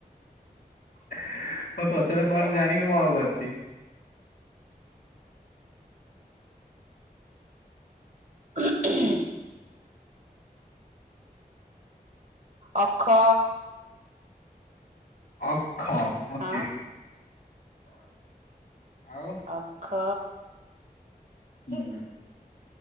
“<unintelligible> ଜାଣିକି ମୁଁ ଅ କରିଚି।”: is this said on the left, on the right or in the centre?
Left